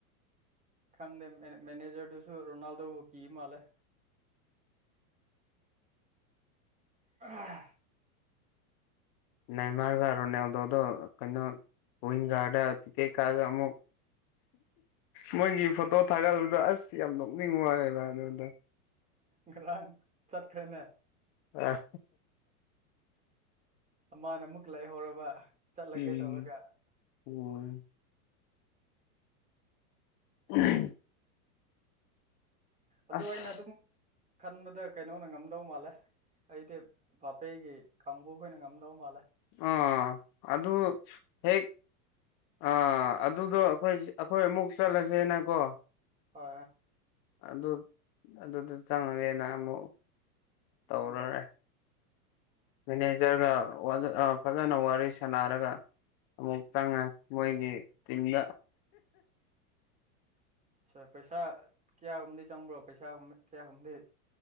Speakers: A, on the right; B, on the left.
A: ꯈꯪꯗꯦ ꯃꯦꯅꯦꯖꯔꯗꯨꯁꯨ ꯔꯣꯅꯥꯜꯗꯣ ꯍꯨꯀꯤ ꯃꯥꯜꯂꯦ ꯑꯥ
B: ꯅꯥꯏꯃꯥꯔꯒ ꯔꯣꯅꯦꯜꯗꯣꯗ ꯀꯩꯅꯣ ꯀꯋꯤꯡꯒꯥꯗ ꯇꯤꯀꯦꯛ ꯀꯥꯑꯒ ꯑꯃꯨꯛ ꯃꯣꯏꯒꯤ ꯐꯣꯇꯣ ꯊꯥꯒꯠꯂꯨꯗ ꯑꯁ ꯌꯥꯝ ꯅꯣꯛꯅꯤꯡ ꯋꯥꯦꯗ ꯑꯗꯨꯣꯟꯗ
A: ꯒ꯭ꯔꯥꯡ ꯆꯠꯈ꯭ꯔꯦꯅꯦ
B: ꯑ
A: ꯃꯥꯅ ꯑꯃꯨꯛ ꯂꯩꯍꯧꯔꯕ ꯆꯠꯂꯒꯦ
B: ꯎꯝ
A: ꯇꯧꯔꯒ
B: ꯑꯣ ꯎꯝ
A: ꯑꯗꯣ
B: ꯑꯁ
A: ꯑꯩꯅ ꯑꯗꯨꯝ ꯈꯟꯕꯗ ꯀꯩꯅꯣꯅ ꯉꯝꯗꯧ ꯃꯥꯜꯂꯦ ꯑꯩꯗꯤ ꯕꯥꯥꯄꯦꯒꯤ ꯀꯥꯡꯕꯨꯈꯣꯏꯅ ꯉꯝꯗꯧ ꯃꯥꯜꯂꯦ
B: ꯑ ꯑꯗꯨꯗ ꯍꯦ ꯑꯥ ꯑꯗꯨꯗꯣ ꯑꯩꯈꯣꯏ ꯑꯩꯈꯣꯏ ꯑꯃꯨꯛ ꯆꯠꯂꯁꯦꯅꯀꯣ
A: ꯍ
B: ꯑꯗꯨ ꯑꯗꯨꯗ ꯆꯪꯉꯒꯦꯅ ꯑꯃꯨꯛ ꯇꯧꯔꯔꯦ
A: ꯎꯝ
B: ꯃꯦꯅꯦꯖꯔꯒ ꯐꯖꯅ ꯋꯥꯔꯤ ꯁꯥꯟꯅꯔꯒ ꯑꯃꯨꯛ ꯆꯪꯉ
A: ꯑꯆꯥ
B: ꯃꯣꯏꯒꯤ ꯇꯤꯝꯗ
A: ꯑ ꯑ ꯄꯩꯁꯥ ꯀꯌꯥꯒꯨꯝꯗꯤ ꯆꯪꯕ꯭ꯔꯣ ꯄꯩꯁꯥꯒ ꯀꯌꯥꯒꯨꯝꯗꯤ